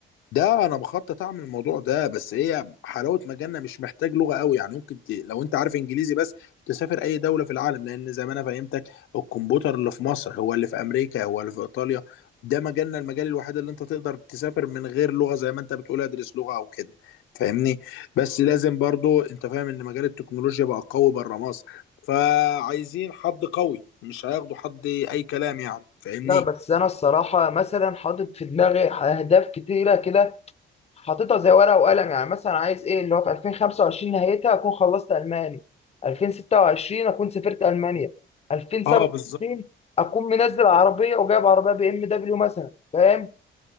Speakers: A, on the left; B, on the left.
A: ده انا بخطط اعمل الموضوع ده بس هي حلاوه مجالنا مش محتاج لغه قوي يعني ممكن ت... لو انت عارف انجليزي بس تسافر اي دوله في العالم لان زي ما انا فهمتك الكمبيوتر اللي في مصر هو اللي في امريكا هو اللي في ايطاليا ده مجالنا المجال الوحيد اللي انت تقدر تسافر من غير لغه زي ما انت بتقول ادرس لغه او كده فاهمني بس لازم برضو انت فاهم ان مجال التكنولوجيا بقى قوي بره مصر فعايزين حد قوي مش هياخدوا حد اي كلام يعني فاهمني
B: لا بس انا الصراحة مثلا حاطط في دماغي اهداف كتيرة كده حاططها زي ورقه وقلم يعني مثلا عايز ايه اللي هو في 2025 نهايتها اكون خلصت الماني 2026 اكون سافرت المانيا 2027
A: اه بالظبط
B: اكون منزل عربيه وجايب عربيه بي ام دبليو مثلا فاهم